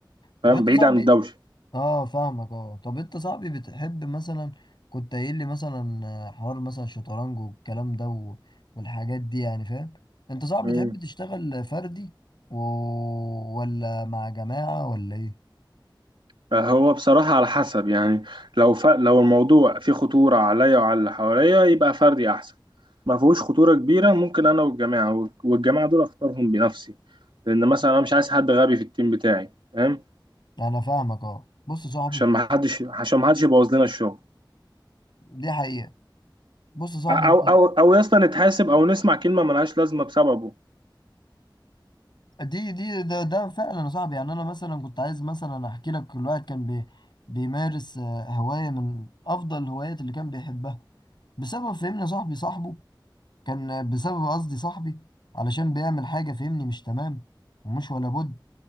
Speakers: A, on the left; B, on the right.
A: طب
B: فاهم
A: انت
B: بعيد
A: صاحبي
B: عن الدوشة
A: اه فاهمك اه طب انت صاحبي بتحب مثلا كنت قايل لي مثلا آه، حوار مثلا الشطرنج والكلام ده و... والحاجات دي يعني فاهم انت صاحبي
B: مم.
A: بتحب تشتغل فردي و... ولا مع جماعة ولا ايه
B: فهو بصراحة على حسب يعني لو ف... لو الموضوع فيه خطورة عليا وعلى اللي حواليا يبقى فردي أحسن ما فيهوش خطورة كبيرة ممكن أنا والجماعة والجماعة دول أختارهم بنفسي لأن مثلا أنا مش عايز حد غبي في التيم بتاعي فاهم
A: انا فاهمك اه بص يا صاحبي
B: عشان ما حدش عشان ما حدش يبوظ لنا الشغل
A: دي حقيقة بص يا صاحبي
B: او
A: انت
B: او او يا اسطى نتحاسب او نسمع كلمه ملهاش لازمه بسببه
A: دي دي ده, ده فعلا يا صاحبي يعني انا مثلا كنت عايز مثلا احكي لك كل واحد كان بي... بيمارس آه، هواية من افضل الهوايات اللي كان بيحبها بسبب فهمنا صاحبي صاحبه كان بسبب قصدي صاحبي علشان بيعمل حاجة فهمني مش تمام ومش ولا بد